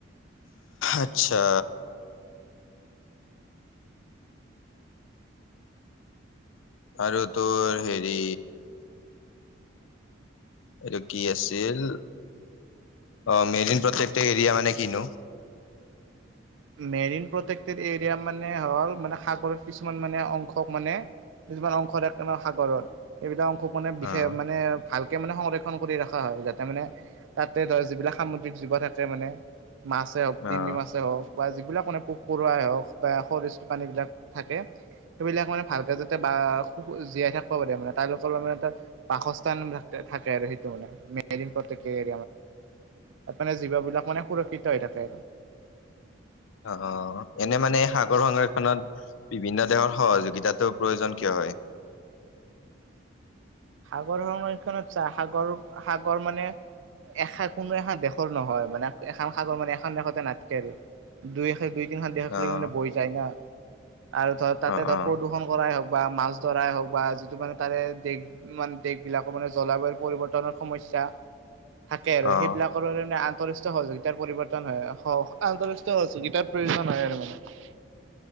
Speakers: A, on the left; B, on the right.
A: আত্চ্ছা আৰু তোৰ হেৰি আৰু কি আছিল? অ মেদিন প্ৰত্যেকটিত এৰিয়া মানে কি নো?
B: মেৰিন প্ৰটেকটিড এৰিয়া মানে হল মানে সাগৰত কিছুমান মানে অংশক মানে। কিছুমান অংশৰে সাগৰত এইবিলাক অংশ খুব মানে বিশেষ
A: অ',
B: মানে ভালকে মানে সংৰক্ষণ কৰি ৰখা হয় যাতে মানে তাতে ধৰ যিবিলাক সামুদ্ৰিক জীৱ থাকে মানে মাছেই হওক
A: অ',
B: তিমি মাছেই হওক। বা যিবিলাক মানে পোক পৰুৱাই হওক বা শৰিচ পানীবিলাক থাকে। সেইবিলাক মানে ভালকে যাতে বাস জীয়াই থাকিব পাৰে, মানে তাহাতলোকৰ মানে এটা বাসস্থান থাকে। থাকে আৰু সেইটো মানে মে মেদিন প্ৰত্যেক এ- তাৰ মানে জীৱ বিলাক মানে সুৰক্ষিত হৈ থাকে।
A: অ এনে মানে সাগৰ সংৰক্ষণত বিভিন্ন দেশৰ সহযোগিতাতটো প্ৰয়োজন কিয় হয়? <inaudible>
B: সাগৰ সংৰক্ষণত চা সাগৰ সাগৰ মানে এখান কোনো এখন দেশৰ নহয় মানে এখন সাগৰ মানে এখন দেশতে নাথাকে আৰু দুই এ দুই তিন খান দেহলৈকে
A: অ',
B: মানে বৈ যায় ন। আৰু ধৰ তাতে
A: অ',
B: ধৰ
A: অ',
B: প্ৰদূষণ কৰাই হওক বা মাছ ধৰাই হওক বা যিটো মানে তাৰে দেশ মানে দেশ বিলাকৰ মানে জলবায়ু পৰিৱৰ্তনৰ সমস্যা, থাকে আৰু
A: অ'।
B: সেইবিলাকৰে আ আন্তষ্ট সহযোগিতা পৰিৱৰ্তন হয় স আন্তষ্টীয় সহোগিতাৰ প্ৰয়োজন হয় আৰু মানে